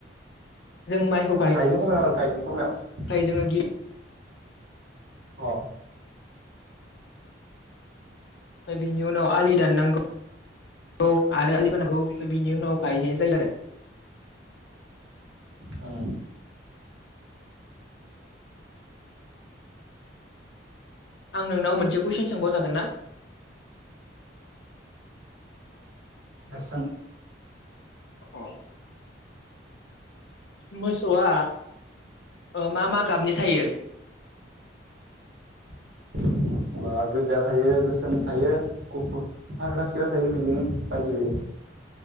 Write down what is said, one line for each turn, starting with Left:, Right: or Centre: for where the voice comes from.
Left: जों माइखौ
Right: गायनो खमायाव आरो गायनो खमायाव
Left: थाखाय जोङो गिबि
Right: अ
Left: बिनि उनाव आलि दाननांगौ आरो आलि खोनांगौ बिनि उनाव गायनो। गोन आरो
Right: औ
Left: आं नोंनाव मोनसे कुइसन सोंबाव जागोन ना।
Right: दे सों
Left: अ मोसौआ मा मा गाबनि थायो
Right: <inaudible> मोसौआ गोजा थायो गोसोम थायो गुफुर हाग्रा सिर्रा थायो बिदिनो बायदि बायदि। <inaudible>